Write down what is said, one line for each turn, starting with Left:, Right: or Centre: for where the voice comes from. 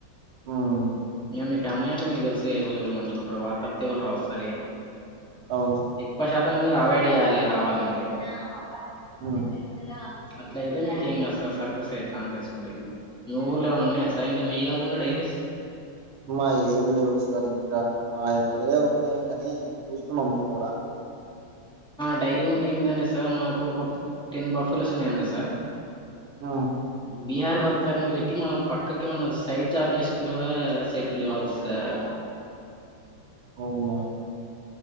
Right: మ్మ్
Centre: ఇక మీ ఫ్యామిలీ అంటే నీక్ తెలుసా అవైలబుల్ మంచి ఉంటారు వాళ్ళ తప్పతే ఎవరు రారు వస్తారు
Right: అవును సార్
Centre: ఎక్కువ సాతం కూడా ఎవైడ్ ఇయాలె రావాలండి నా బ
Right: మ్మ్
Centre: ల అట్లయితే మీకింక సక్సెస్ అయ్యే ఛాన్సెస్ ఉంట నూ ఊర్లో ఉన్నా సాయింక మీగా ఫుల్ డైనిస్
Right: మా ఏం లేవు సార్ ఇంకా మా ఒక్కరే ఉన్నాయి కాని చూస్తున్నాం మేము కూడా
Centre: డైరీ ఉండిదండి సార్ మాకు ఒక టెన్ బాఫీలు వస్తున్నాయండి సార్
Right: ఆ
Centre: బీహార్ వర్కర్ ని పెట్టి మనం పక్కకి ఏమన్న సైడ్ జాబ్ చేసుకుంటే కూడా సెటిల్ కావచ్చు సార్
Right: అవునా